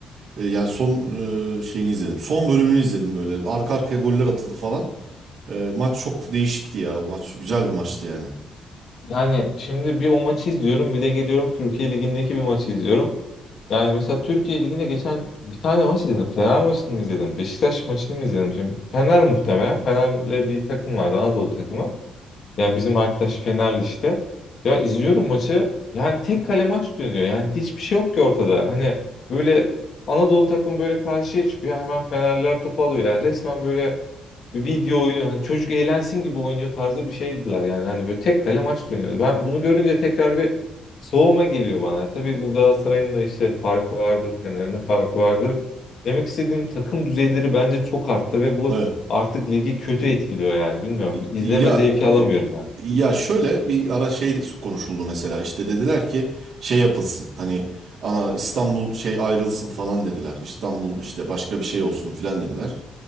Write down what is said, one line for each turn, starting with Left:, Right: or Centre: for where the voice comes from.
Right: e, yani son e, şeyini izledim. Son bölümünü izledim böyle. Arka arkaya goller atıldı falan. E, maç çok değişikti ya. O maç güzel bir maçtı yani.
Left: Yani şimdi bir o maçı izliyorum bir de geliyorum Türkiye Ligi'ndeki bir maçı izliyorum. Yani mesela Türkiye Ligi'nde geçen bir tane maç izledim. Fener maçını mı izledim? Beşiktaş maçını mı izledim? Şimdi Fener muhtemelen. Fener'le bir takım vardı Anadolu takımı. Yani bizim arkadaş Fenerli işte. Ya izliyorum maçı. Yani tek kale maç dönüyor. Yani hiçbir şey yok ki ortada. Hani böyle Anadolu takımı böyle karşıya çıkıyor. Hemen Fenerliler topu alıyor. Yani resmen böyle bir video oyunu hani çocuk eğlensin gibi oynuyor tarzı bir şeydiler yani hani böyle tek kale maç dönüyordu. Ben bunu görünce tekrar bir soğuma geliyor bana. Tabii bu Galatasaray'ın da işte farkı vardır, Fener'in de farkı vardır. Demek istediğim takım düzeyleri bence çok arttı ve bu
Right: Evet.
Left: artık ligi kötü etkiliyor yani bilmiyorum. İzleme
Right: Ya
Left: zevki alamıyorum ben.
Right: e, ya şöyle bir ara şey de konuşuldu mesela. işte dediler ki şey yapılsın. Hani ana İstanbul şey ayrılsın falan dediler. İstanbul işte başka bir şey olsun filan dediler.